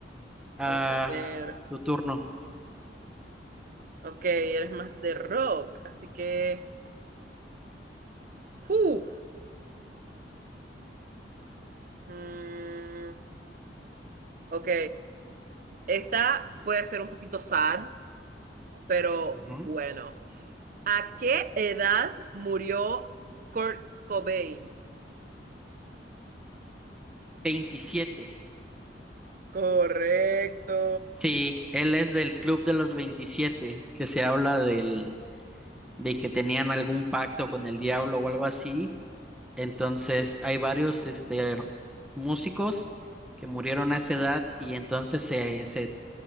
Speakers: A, in the centre; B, on the right.
A: ah,
B: Vamos a ver.
A: tu turno.
B: Ok, eres más de rock, así que... ¡Uf! Mm, ok, Esta puede ser un poquito sad, pero
A: Ujú.
B: bueno. ¿A qué edad murió Kurt Cobain?
A: 27.
B: Correcto.
A: Sí, él es del Club de los 27 que se habla del, de que tenían algún pacto con el diablo o algo así, Entonces, hay varios este, músicos que murieron a esa edad y entonces se, se,